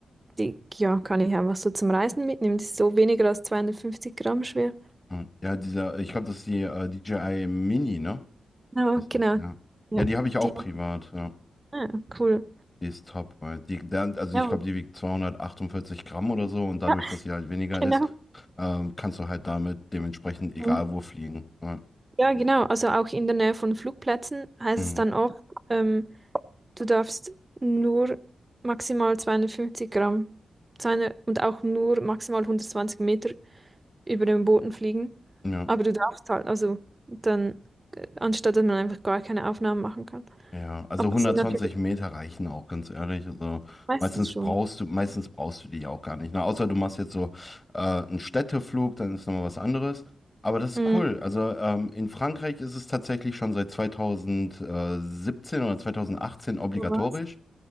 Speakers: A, on the right; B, on the left.
A: die ja, kann ich einfach so zum Reisen mitnehmen. Die ist so weniger als 250 Gramm schwer.
B: Mhm. Ja, dieser, ich glaube, das ist die äh, DJI Mini, ne?
A: Genau,
B: Ist
A: genau.
B: das, ja.
A: Ja,
B: Ja, die habe ich auch
A: die,
B: privat, ja.
A: ah, cool.
B: Die ist top, weil die, dann- also
A: Ja,
B: ich glaube, die wiegt 248 Gramm oder so und dadurch,
A: ja, <laughs>
B: dass sie halt weniger ist,
A: genau.
B: ähm, kannst du halt damit dementsprechend egal
A: Mhm.
B: wo fliegen. Ja.
A: Ja, genau. Also auch in der Nähe von Flugplätzen heißt
B: Mhm.
A: es dann oft, ähm, du darfst nur maximal 250 Gramm zweihundert und auch nur maximal hundertzwanzig Meter über dem Boden fliegen.
B: Ja.
A: Aber du darfst halt, also dann, äh, anstatt dass man einfach gar keine Aufnahmen machen kann.
B: Ja, also
A: Aber das
B: 120
A: sind natürlich
B: Meter reichen auch, ganz ehrlich. Also
A: meistens
B: meistens
A: schon.
B: brauchst du, meistens brauchst du die ja auch gar nicht. Ne? Außer du machst jetzt so äh, einen Städteflug, dann ist nochmal was anderes. Aber das ist
A: Mhm.
B: cool. Also ähm, in Frankreich ist es tatsächlich schon seit 2017 oder 2018 obligatorisch.
A: Wo war's?